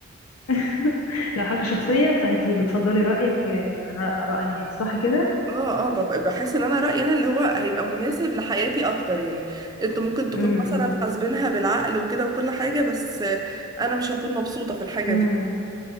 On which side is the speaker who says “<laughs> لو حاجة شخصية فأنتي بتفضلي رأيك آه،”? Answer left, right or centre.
Left